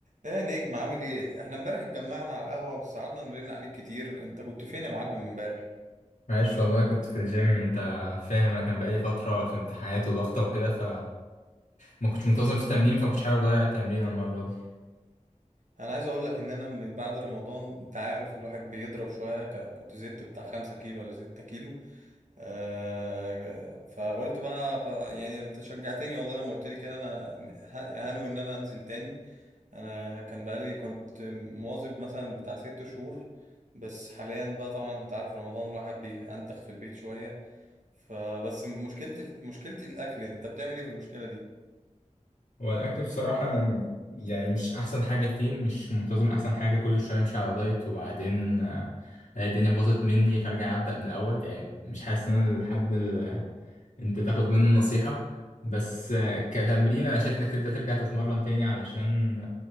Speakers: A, on the right (about 75°); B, on the left (about 80°).
A: ايه نجم عامل ايه احنا امبارح اتجمعنا على القهوة بس قعدنا نرن عليك كتير انت كنت فين يا معلم امبارح
B: معلش والله كنت في الجيم انت فاهم انا كان بقالي فترة في امتحانات وضغطة وكده ف ما كنتش منتظم في التمرين فما كنتش حابب اضيع التمرين المرة دي
A: انا عايز اقول لك ان انا من بعد رمضان انت عارف الواحد بيضرب شوية ك- كنت زدت بتاع خمسة كيلو ولا ستة كيلو آه فقلت بقى خ- يعني انت شجعتني والله لما قلت لي كده انا ه- هنوي ان انا انزل تاني انا كان بقالي كنت مواظب مثلا بتاع ست شهور بس حاليا بقى طبعا انت عارف رمضان الواحد بينتخ في البيت شوية فبس مشكلتي مشكلتي الاكل انت بتعمل ايه في المشكله دي
B: والاكل بصراحة انا م- يعني مش احسن حاجة فيه مش منتظم احسن حاجة كل شوية امشي على دايت وبعدين آه، الاقي الدنيا باظت مني فارجع ابدأ من الاول يعني مش حاسس ان انا الحد اللي انت تاخد منه نصيحة بس آه، كتمرين انا شايف انك تبدأ ترجع تتمرن تاني علشان